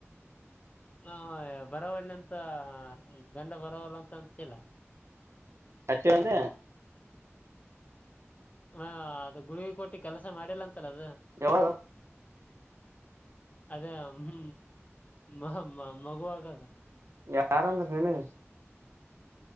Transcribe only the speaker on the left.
ಹ ಬರೋಲ್ಲಂತ ಗಂಡ ಬರವಲ್ಲ ಅಂತ ಅನ್ಸಿಲ್ಲ
ಹ ಅದು ಗುಡುಗಿ ಕೊಟ್ಟಿ ಕೆಲಸ ಮಾಡಿಲ್ಲಂತಲ್ಲ ಅದು
ಅದೇ ಹ್ಮ್ ಮ ನ ಮಗೂ ಆಗಾದ